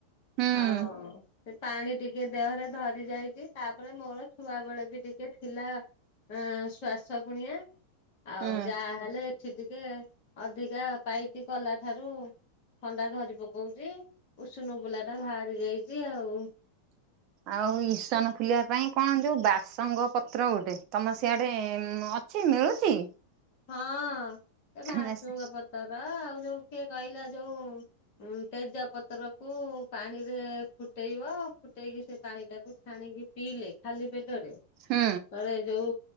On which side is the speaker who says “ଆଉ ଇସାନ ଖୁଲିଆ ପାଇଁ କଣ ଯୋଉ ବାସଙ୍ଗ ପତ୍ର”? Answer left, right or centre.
Right